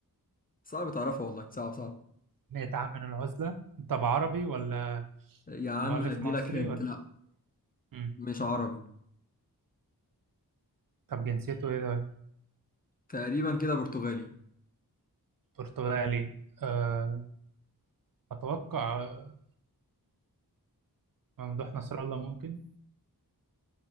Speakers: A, on the left; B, on the right.
A: صعب تعرفها والله صعب صعب
B: 100 عام من العزلة طب عربي ولا
A: يا عم
B: مؤلف
A: هدي
B: مصري
A: لك هنت
B: ولا
A: لا
B: مم.
A: مش عربي
B: طب جنسيته إيه ده
A: تقريبا كده برتغالي
B: برتغالي آه أتوقع آه، ممدوح نصر الله ممكن